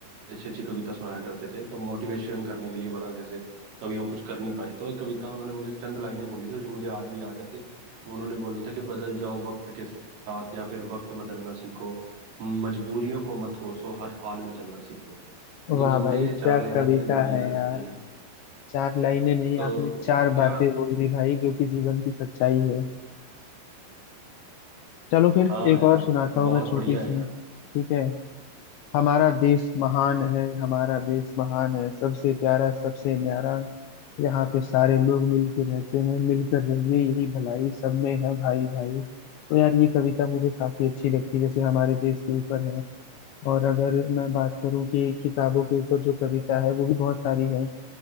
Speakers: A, on the right; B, on the left.
A: अच्छी अच्छी कविता सुनाया करते थे तो मोटिवेशन करने के लिए बड़ा जैसे कभी हम कुछ कर नहीं पाए तो एक कविता उन्होंने मुझे चंद लाइनें बोली थी जो मुझे आज भी याद है कि उन्होंने बोला था कि बदल जाओ वक्त के साथ या फिर वक्त बदलना सीखो मजबूरियों को मत कोसो हर हाल में चलना सीखो मतलब
B: वाह
A: ये मुझे
B: भाई
A: ये
B: क्या
A: चार लाइनें
B: कविता
A: इतनी बढ़िया
B: है
A: लगती
B: यार
A: हैं
B: चार लाइनें नहीं
A: तो
B: आपने चार
A: क्या
B: बातें बोल दी भाई जो कि जीवन की सच्चाई है चलो फिर
A: हाँ
B: एक
A: यार
B: और सुनाता हूँ
A: बहुत
B: मैं
A: बढ़िया
B: छोटी सी
A: है यार
B: ठीक है हमारा देश महान है हमारा देश महान है सबसे प्यारा सबसे न्यारा यहाँ पे सारे लोग मिलके रहते हैं मिलकर रहिए यही भलाई सब में है भाई भाई तो यार ये कविता मुझे काफी अच्छी लगती है जैसे हमारे देश के ऊपर है और अगर मैं बात करूँ कि किताबों के ऊपर जो कविता है वो भी बहुत सारी है